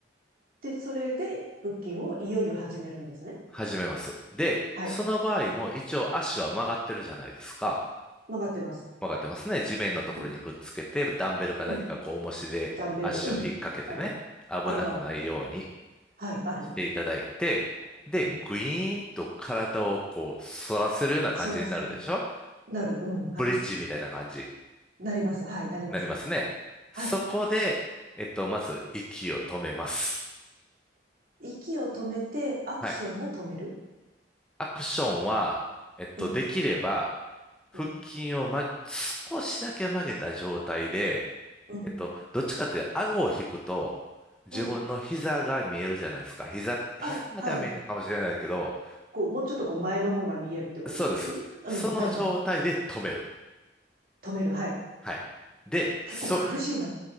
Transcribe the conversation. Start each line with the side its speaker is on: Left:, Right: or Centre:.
Right: で、それで腹筋をいよいよ始めるんですね。
Centre: 始めます。で、
Right: はい。
Centre: その場合も一応足は曲がってるじゃないですか。
Right: 曲がってます。
Centre: 曲がってますね。地面のところにくっつけて、
Right: う
Centre: ダンベルか何かこう重しで足を引っ掛けてね、
Right: ん、うん。ダンベル、うん。ある。
Centre: 危なくないように
Right: あるある。はい、ある。
Centre: していただいて、で、
Right: うん。
Centre: グイーンと体をこう反らせるような感じになるでしょ
Right: 反らせる。なる。うん、はい。
Centre: ブリッジみたいな感じに
Right: なります。はい、なります。
Centre: なりますね。そこで、
Right: はい。
Centre: えっと、まず息を止めます。
Right: 息を止めて、アクションも止める。
Centre: はいアクションは、えっと、
Right: うん、
Centre: できれば、腹筋を、
Right: うん、
Centre: ま、少しだけ曲げた状態で、
Right: うん、
Centre: えっと、どっちかというと、顎を引くと、自分の膝が見えるじゃないですか。
Right: うん。
Centre: 膝、膝までは見えないかもしれないけど、
Right: あ、はい。こう、もうちょっとこう前の方が見えるってことですよね。
Centre: そうです。
Right: うん、
Centre: その状態で止める。
Right: はいはい。止める、はい。
Centre: はい。で、
Right: 結構苦しいな。
Centre: そ、